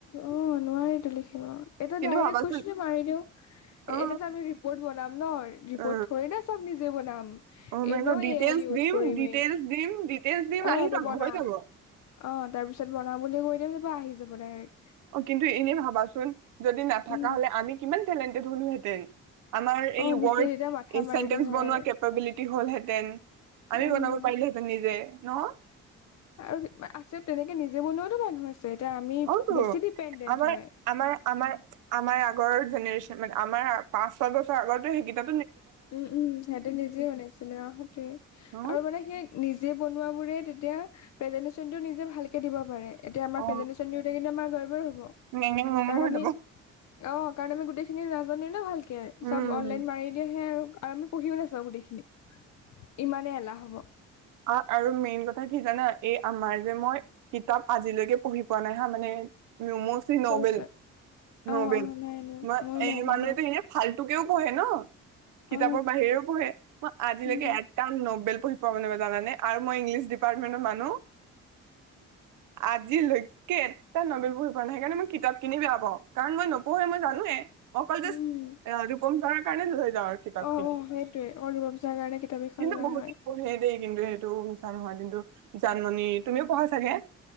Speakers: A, on the left; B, on the right.
A: অ' নোৱাৰো লিখিব এ
B: কিন্তু
A: ডাইৰেক
B: ভাবাচোন
A: কসেনোটো মাৰি দিওঁ
B: অ
A: এতি আমি ৰিপ'ৰ্ট বনাম ন ৰিপৰ্ট
B: অ
A: থৰি না চ'ব নিজে বনাম।
B: অ মাই
A: এনেও
B: গড
A: এয়াই
B: ডিটেইলছ
A: ইউজ
B: দিম
A: কৰিমি
B: ডিটেইলছ দিম ডিটেইলছ দিম
A: আহ
B: আহি যাব
A: তে বনা
B: হৈ যাব
A: অ', তাৰপিছত বনাবলৈ বুলি কৈ দিম তাৰাপা আহি যাব ডাইৰেক্ট।
B: অ', কিন্তু এনে ভাবাচোন, যদি নাথাকা
A: উম
B: হ'লে আমি কিমান টেলেণ্টেড হলোহেঁতেন। আমাৰ এই
A: অ নিজে
B: ৱাৰ্ড,
A: এতিয়া মাথা
B: এই
A: মাৰিলো
B: চেন্টেছ
A: হয়
B: বনোৱা কেপাবিলিটি হলহেঁতেন। আমিও
A: অ
B: বনাব পাৰিলোহেঁতেন নিজে ন'।
A: আৰু, আছে তেনেকে নিজে বনোৱাতো মানুহ আছে। এতিয়া আমি
B: অতো
A: বেছি ডিপেণ্ডেন্ট
B: আমাৰ,
A: হয়।
B: আমাৰ, আমাৰ, আমাৰ ঘৰৰ জেনেৰেছন মানে আমাৰ পাঁচ ছয় বছৰ আগতে সেই কিটা
A: উম, উম, সিহঁতে নিজে শুননিছিলে অ, সেইটোৱে,
B: অ
A: আৰু মানে সেই নিজে বনোৱা বোৰে তেতিয়া, প্ৰেজেন্টেচনটো নিজে ভালকে দিব পাৰে। এতিয়া আমাক
B: অ
A: প্ৰেজেন্টেশন দিওঁতে কিন্তু আমাৰ গৰ বৰ হ'ব,
B: নেং নেং নং নং
A: কাৰণ
B: হৈ
A: আমি,
B: যাব
A: অ, কাৰণ আমি গোটেই খিনি নাজানে ন' ভালকে,
B: উম
A: চব অনলাইন মাৰি দিয়েহে আৰু আমি পঢ়িও নাচাও গোটেইখিনি। ইমানে এলাহ হ'ব।
B: অ', আৰু মেইন কথা কি জানা এই আমাৰ যে মই, কিতাপ আজিলৈকে পঢ়ি পোৱা নাই হা, মানে ৰুমছি নবেল,
A: কৈছো অ
B: নবেল,
A: অ নাই নাই
B: মই এই
A: নাই পঢ়া
B: মানুহেটো এনে ফাল তোকেও পঢ়ে ন' কিতাপৰ
A: অ
B: বাহিৰেও পঢ়ে, মই আজিলৈকে
A: উম
B: এটাও নবেল পঢ়ি পোৱা নাই জানা নে, আৰু মই ইংলিছ ডিপাৰ্টমেণ্টৰ মানুহ। আজিলৈকে এটা নবেল পঢ়ি পোৱা নাই সেইকাৰণে মই কিতাপ কিনি বেয়া পাও, কাৰণ মই নপঢ়োৱে মই জানোৱে। মই অকল জাষ্ট,
A: উম
B: ৰূপম ছাৰৰ কাৰণে লৈ যাওঁ আৰু কিতাপখিনি।
A: অ অ সেইটোৱে অকল ৰূপচা কাৰণে কিতাপ এখন
B: কিন্তু
A: লোৱা
B: বহুত
A: হয়
B: পঢ়ে দেই কিন্তু সেইটো মিছা নহয় কিন্তু, জানমণি তুমিও পঢ়া চাগে?